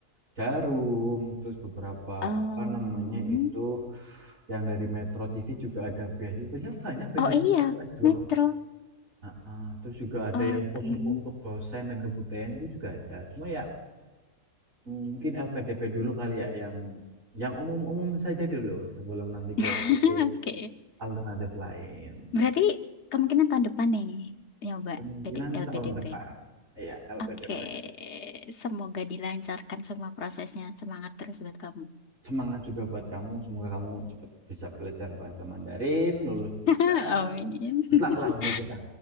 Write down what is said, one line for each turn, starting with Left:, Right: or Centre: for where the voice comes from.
Right: Jarum terus beberapa
Left: Eh, mm-mm.
Right: apa namanya itu yang dari Metro TV juga ada beasiswa banyak banyak beasiswa
Left: Oh iya,
Right: kayak untuk S2
Left: Metro.
Right: kok Ah, ah. terus juga ada
Left: Oh,
Right: yang khusus
Left: mm-mm.
Right: untuk dosen dan kebudayaan itu juga ada cuma ya mungkin LPDP dulu kali ya yang yang umum-umum saja dulu sebelum nanti ke yang
Left: <laughs>
Right: lebih
Left: Oke.
Right: alternatif lain.
Left: Berarti kemungkinan tahun depan nih nyoba
Right: Kemungkinan
Left: PD LPDP.
Right: tahun depan. Ya, LPDP.
Left: Oke, semoga dilancarkan semua prosesnya. Semangat terus buat kamu.
Right: Semangat juga buat kamu. Semoga kamu cepat bisa belajar bahasa Mandarin, lulus juga.
Left: <laughs> Amin.
Right: Good
Left: <laughs>
Right: luck lah untuk kita.